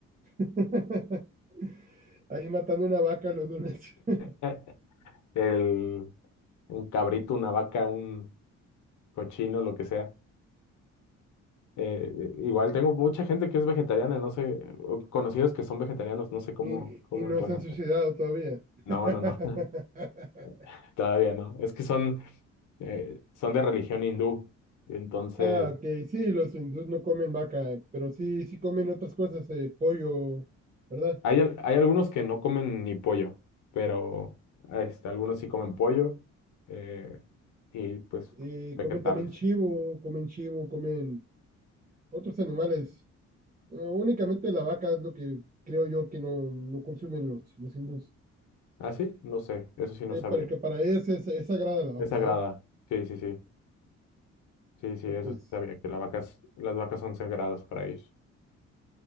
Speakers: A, on the right; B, on the left.
A: <laughs> Ahí matando una vaca los lunes. <laughs>
B: Eh, El, un cabrito, una vaca, un cochino, lo que sea. Eh, igual tengo mucha gente que es vegetariana, no sé, o conocidos que son vegetarianos, no sé cómo,
A: Y,
B: cómo
A: y no
B: le pueden
A: se han
B: hacer.
A: suicidado todavía. <laughs>
B: No, no, no, <laughs> todavía no. Es que son, eh, son de religión hindú. Entonces,
A: Ah, ok, sí, los hindús no comen vaca, pero sí, sí comen otras cosas, eh, pollo, ¿verdad?
B: hay, al- hay algunos que no comen ni pollo, pero este, algunos sí comen pollo eh, y pues
A: Eh,
B: vegetales.
A: comen también chivo, comen chivo, comen otros animales. Eh, únicamente la vaca es lo que creo yo que no, no consumen los, los hindús.
B: ¿Ah, sí? No sé, eso sí
A: Eh,
B: no sabría.
A: para que para ellos es, es sagrada la vaca,
B: Es sagrada.
A: ¿eh?
B: Sí, sí, sí. Sí, sí,
A: No,
B: eso
A: Pues,
B: sí sabía, que la vacas, las vacas son sagradas para ellos.